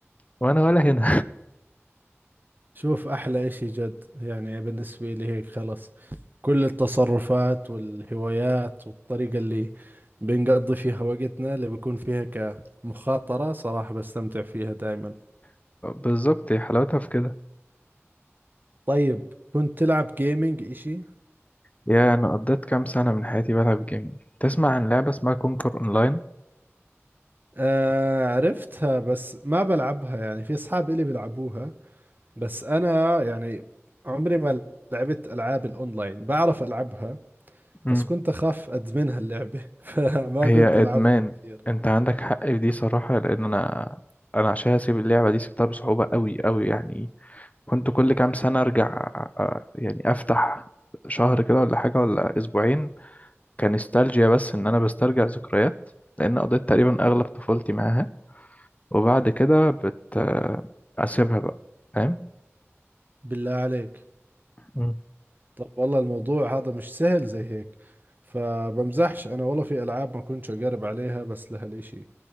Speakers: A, on the left; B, on the right.
A: وانا ولا هنا
B: شوف احلى اشي جد يعني بالنسبة لي هيك خلص كل التصرفات والهوايات والطريقة اللي بنقضي فيها وقتنا اللي بيكون فيها كمخاطرة صراحة بستمتع فيها دائما
A: <laughs> بالظبط هي حلاوتها في كده
B: طيب كنت تلعب جيمنج اشي
A: يا انا قضيت كام سنة من حياتي بلعب جيم تسمع عن لعبة اسمها كونكر اونلاين
B: آه عرفتها بس ما بلعبها يعني في اصحاب الي بيلعبوها بس انا يعني عمري ما لعبت العاب الاونلاين بعرف العبها
A: امم
B: بس كنت أخاف أدمنها اللعبة <laughs> فما
A: هي
B: كنت ألعبهم
A: ادمان
B: كثير
A: انت عندك حق في دي صراحة لان انا انا عشان اسيب اللعبة دي سبتها بصعوبة قوي قوي يعني كنت كل كام سنة ارجع آه، يعني افتح شهر كده ولا حاجة ولا اسبوعين كنستالجيا بس ان انا بسترجع ذكريات لان قضيت تقريبا اغلب طفولتي معاها وبعد كده بت اسيبها بقى فاهم
B: بالله عليك
A: مم.
B: طب والله الموضوع هذا مش سهل زي هيك فبمزحش أنا والله في ألعاب ما كنتش أقرب عليها بس لهالإشي